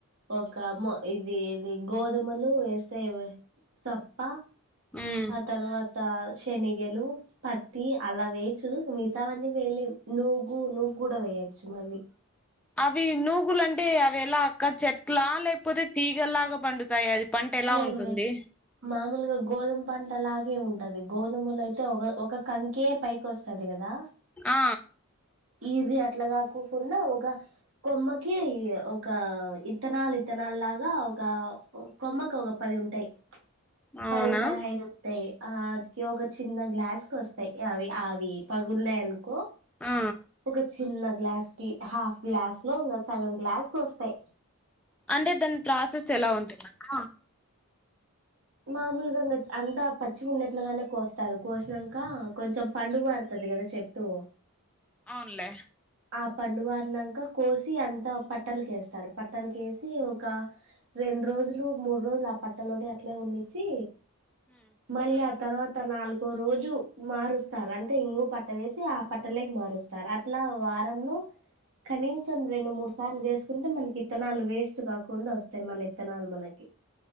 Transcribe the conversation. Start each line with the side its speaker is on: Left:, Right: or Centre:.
Right: ఒక మ ఇది ఇది గోధుమలు వేస్తే సప్ప
Centre: ఉమ్
Right: ఆ తర్వాత శనగలు, పత్తి అలా వేయచ్చు. మిగతావన్నీ వేయలేం. నూగు నూగ్ కూడ వేయ అచ్చు మల్లి.
Centre: అవి నూగులు అంటే, అవి ఎలా అక్క? చెట్లా? లేకపోతే, తీగలాగా పండుతాయ అది? పంట ఎలా
Right: లేదు
Centre: ఉంటుంది
Right: లేదు. మామూలుగా గోధుమ పంటలాగే ఉంటది. గోధుమలో అయితే ఒగ, ఒక కంకే పైకొస్తది కదా!
Centre: ఆ
Right: ఇది అట్ల కాకోకున్నా ఒక కొమ్మకి, ఒక ఇత్తనాలు ఇత్తనా ల్ లాగ ఒక కొమ్మకు ఒక పది ఉంటాయి.
Centre: అవునా
Right: పది పదిహైదు ఉంటాయి. ఆటికి ఒక చిన్న గ్లాస్ కొస్తాయి. అవి అవి పగుల్నాయను కో
Centre: ఆ
Right: ఒక చిన్న గ్లాస్ కి, హాఫ్ గ్లాస్ లో ఇంగ సగం గ్లాస్కొస్తాయి.
Centre: అంటే దాని ప్రాసెస్ ఎలా ఉంటుందక్క?
Right: మామూలుగా అంతా పచ్చిగున్నట్లగానే కోస్తారు. కోసినంక కొంచెం పండుబారుత ది కదా చెట్టు.
Centre: అవునులే
Right: ఆ పండుబారినంక కోసి అంతా పట్టలకేస్తారు. పట్టలకేసి ఒక రె రెండు రోజులు మూడు రోజులు ఆ పట్టలోనే అట్లే ఉన్నిచ్చి, మళ్ళీ ఆ తర్వా త నాలుగో రోజు మారుస్తార్. అంటే ఇంగో పట్ట వేసి ఆ పట్టలేకి మారుస్తార్. అట్ల, వారంలో కనీసం రెండు మూడు సార్లు చేసుకుంటే, మనకి ఇత్తనాలు వేస్ట్ కాకుండా ఒస్తాయి. మన ఇత్తనాల్ మనకి.